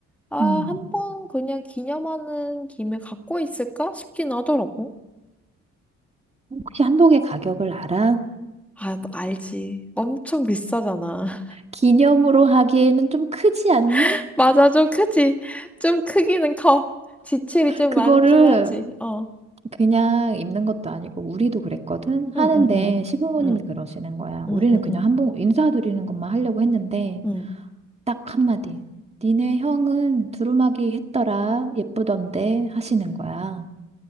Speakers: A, in the centre; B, on the right.
A: 아,
B: 음.
A: 한 번 그냥 기념하는 김에 갖고 있을까 싶긴 하더라고.
B: 혹시 한복의 가격을 알아?
A: 아, 너 알지. 엄청 비싸잖아.
B: 기념으로 하기에는 좀 크지 않니?
A: <laughs> 맞아, 좀 크지. 좀 크기는 커. 지출이 좀
B: 그거를
A: 많긴 하지. 어.
B: 그냥 입는 것도 아니고 우리도 그랬거든. 하는데
A: 응, 응, 응.
B: 시부모님이
A: 응,
B: 그러시는 거야.
A: 응,
B: 우리는
A: 응,
B: 그냥
A: 응.
B: 한 번 인사드리는 것만 하려고 했는데
A: 응.
B: 딱 한마디. 니네 형은 두루마기 했더라. 예쁘던데 하시는 거야.